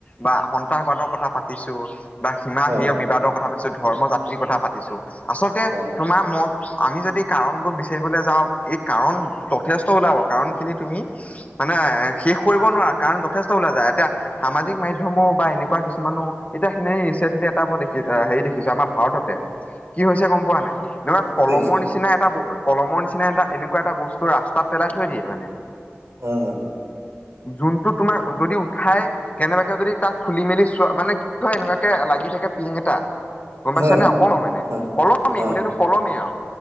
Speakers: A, on the left; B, on the right.
A: বা সন্ত্ৰাসবাদৰ কথা পাতিছো বা সীমা
B: হয়
A: হেয় বিবাদৰ কথা পাতিছো, ধৰ্ম জাতিৰ কথা পাতিছো, আচলতে
B: হয়,
A: তোমাৰ ম আমি যদি কাৰণবোৰ বিচাৰিবলে যাওঁ, এই কাৰণ যথেষ্ট ওলাব কাৰণ খিনি তুমি মানে শেষ কৰিব নোৱাৰা, কাৰণ যথেষ্ট ওলাই যায় এতিয়া সামাজিক মাধ্যমৰ বা এনেকুৱা কিছুমানো এতিয়াখিনি ৰিচেণ্টলি এটা মই দেখি হেৰি দেখিছো আমাৰ ভাৰততে।
B: <inaudible>
A: কি হৈছে গম পোৱা নাই, এনেকুৱা কলমৰ
B: কি হৈছে?
A: নিচিনা এটা কলমৰ নিচিনা এটা এনেকুৱা এটা বস্তু ৰাস্তাত পেলাই থৈ দিয়ে মানে।
B: হয়, হয়।
A: যোনটো তোমাৰ যদি উঠাই কেনেবাকে যদি তাক খুলি মেলি চোৱা, মানে কি হয় এনেকুৱাকে লাগি থাকে পিং এটা। গম
B: হয়,
A: পাইছানে অকমান মানে
B: হয়,
A: কলমে
B: হয়,
A: গোটেইটো কলমে আৰু।